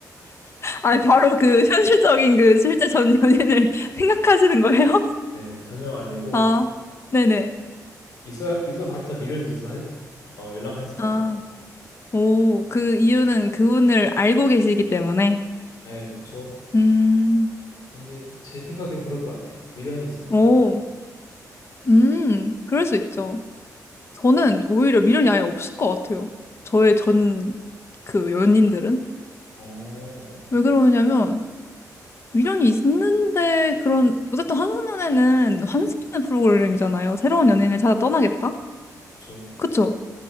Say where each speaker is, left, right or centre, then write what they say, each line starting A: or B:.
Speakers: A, on the left (about 40°); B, on the left (about 65°).
A: 아, 바로 그 <laughs> 현실적인 그 실제 전 연인을 <laughs> 생각하시는 거예요?
B: 네, 전혀 아니고,
A: 아, 네네.
B: 있어 있어봤자 미련이 있어서 해- 어, 연락을 했을 것
A: 아,
B: 같아.
A: 오, 그 이유는 그분을 알고 계시기 때문에.
B: 네, 그쵸.
A: 음,
B: 왠지 제 생각에는 그럴 것 같아요. 미련이 있어서 가지고.
A: 오, 음, 그럴 수 있죠. 저는 오히려 미련이 아예 없을 것 같아요. 저의 전 그 연인들은.
B: 어,
A: 왜 그러냐면, 미련이 있는데 그런, 어쨌든 환승연애는 환승연애 프로그램이잖아요. 새로운 연인을 찾아 떠나겠다?
B: 그쵸.
A: 그쵸?